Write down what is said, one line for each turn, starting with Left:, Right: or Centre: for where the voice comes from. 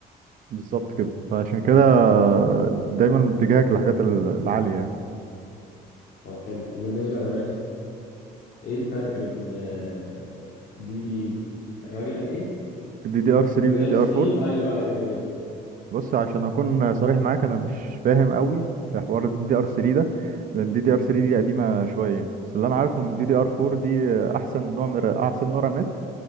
Right: بالظبط كده فعشان كده دايما اتجاهك للحاجات العالية يعني
Left: طب حلو وبالنسبه للرامات ايه الفرق بين آه، دي دي الراجل قال ايه
Right: دي دي ار 3
Left: دي دي
Right: ودي
Left: رام
Right: دي ار
Left: 3
Right: 4
Left: ايوه ايوه هي دي
Right: بص عشان اكون صريح معاك انا مش فاهم قوي في حوار الدي دي ار 3 ده لان الدي دي ار 3 دي قديمه شويه يعني بس اللي انا عارفه ان الدي دي ار 4 دي احسن نوع من احسن نوع رامات